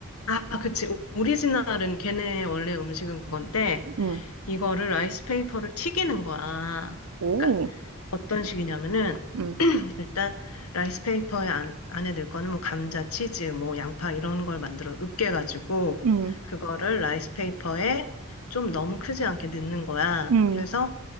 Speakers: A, on the left; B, on the right.
A: 아, 그치. 오리지널은 걔네 원래 음식은 그건데
B: 음,
A: 이거를 라이스 페이퍼를 튀기는 거야.
B: 오,
A: 그러니까 어떤 식이냐면은
B: 음,
A: 일단 라이스페이퍼에 안, 안에 넣을 거는 뭐 감자, 치즈, 뭐 양파 이런 걸 만들어 으깨가지고
B: 음,
A: 그거를 라이스페이퍼에 좀 너무 크지 않게 넣는 거야.
B: 음.
A: 그래서